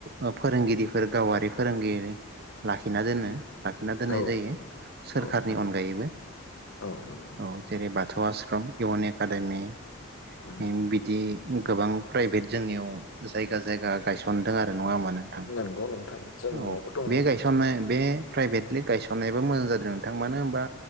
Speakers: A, on the right; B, on the left.
A: ओ फोरोंगिरिफोर गावारि फोरोंगिरि लाखिना दोनो। लाखिना दोननाय
B: औ
A: जायो सोरखारनि
B: औ नंगौ
A: अनगायैबो
B: औ नंगौ
A: औ जेरै बाथौ आश्रम इउ एन एकाडेमि
B: उम
A: <unintelligible> बिदि गोबां प्राइभेट जोंनियाव जायगा जायगा गायसनदों आरो नङा नो
B: नंगौ नोंथां जोंनियावबो
A: औ
B: दङ
A: बे गायसनाय बे प्राइभेट गायसननायाबो मोजां जादों नोंथां मानो होनबा